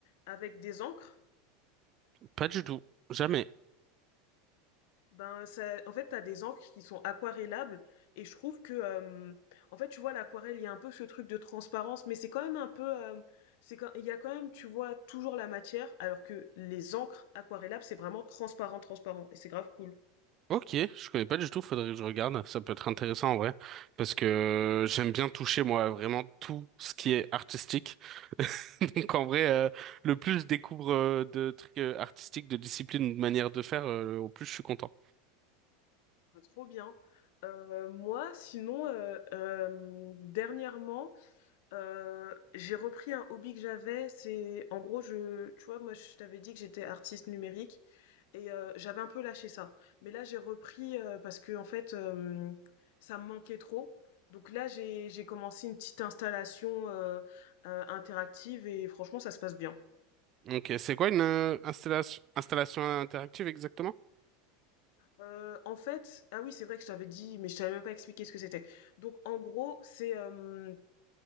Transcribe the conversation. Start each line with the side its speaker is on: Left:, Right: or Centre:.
Left: avec des encres?
Right: Pas du tout. Jamais.
Left: Ben, ça, en fait, t'as des encres qui sont aquarellables. Et je trouve que, euh, en fait, tu vois, l'aquarelle, il y a un peu ce truc de transparence, mais c'est quand même un peu, euh, c'est quand, il y a quand même, tu vois, toujours la matière, alors que les encres aquarellables, c'est vraiment transparent, transparent. Et c'est grave cool.
Right: Ok, je connais pas du tout, faudrait que je regarde. Ça peut être intéressant en vrai. Parce que j'aime bien toucher, moi, vraiment tout ce qui est artistique. <laughs> Donc en vrai, euh, le plus je découvre euh, de trucs euh, artistiques, de disciplines, ou de manières de faire, euh, au plus je suis content.
Left: Bah, trop bien. Euh, moi, sinon, euh, euh, dernièrement, euh, j'ai repris un hobby que j'avais. C'est, en gros, je, tu vois, moi, je t'avais dit que j'étais artiste numérique et euh, j'avais un peu lâché ça. Mais là, j'ai repris euh, parce que, en fait, euh, ça me manquait trop. Donc là, j'ai, j'ai commencé une petite installation euh, euh, interactive et franchement, ça se passe bien.
Right: Ok, c'est quoi une euh, installation, installation interactive exactement?
Left: Euh, en fait, ah oui, c'est vrai que je t'avais dit, mais je t'avais même pas expliqué ce que c'était. Donc, en gros, c'est euh,